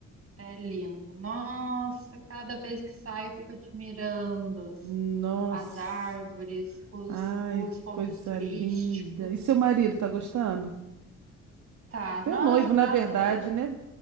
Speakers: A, on the right; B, on the right.
A: É lindo. Nossa, cada vez que saio eu fico admirando.
B: Nossa,
A: as árvores, os,
B: ai,
A: os
B: que
A: pontos
B: coisa
A: turísticos.
B: linda. E seu marido tá gostando?
A: Tá,
B: Seu
A: nossa,
B: noivo,
A: tá
B: na verdade,
A: adorando,
B: né?